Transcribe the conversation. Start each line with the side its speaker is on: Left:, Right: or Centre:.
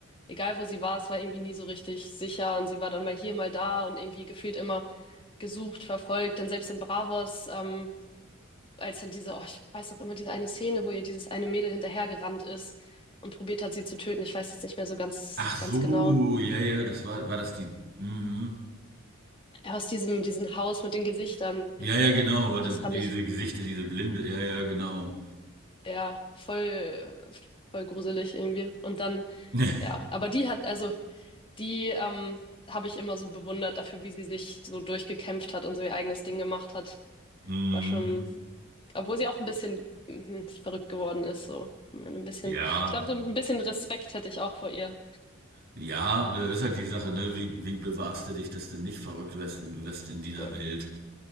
Left: egal wo sie war, es war irgendwie nie so richtig sicher und sie war dann mal hier, mal da und irgendwie gefühlt immer gesucht, verfolgt. Dann selbst in Bravos, ähm, als dann diese, oh, ich weiß noch immer, diese eine Szene, wo ihr dieses eine Mädel hinterhergerannt ist und probiert hat, sie zu töten. Ich weiß jetzt nicht mehr so ganz,
Right: Ach so,
Left: ganz genau.
Right: ja, ja, das war, war das die. Mhm.
Left: Aus diesem, diesem Haus mit den Gesichtern.
Right: Ja, ja, genau,
Left: Ja,
Right: hatte
Left: das fand
Right: diese
Left: ich
Right: Gesichter, diese Blinde, ja, ja, genau.
Left: ja voll, äh, voll gruselig irgendwie. Und dann,
Right: <laughs>
Left: ja, aber die hat, also die ähm, habe ich immer so bewundert dafür, wie sie sich so durchgekämpft hat und so ihr eigenes Ding gemacht hat.
Right: Mhm.
Left: War schon, obwohl sie auch ein bisschen mhm, verrückt geworden ist, so ein bisschen.
Right: Ja,
Left: Ich glaube, so ein bisschen Respekt hätte ich auch vor ihr.
Right: ja, das ist halt die Sache, ne? Wie, wie bewahrst du dich, dass du nicht verrückt wirst in, wirst in dieser
Left: Ja.
Right: Welt?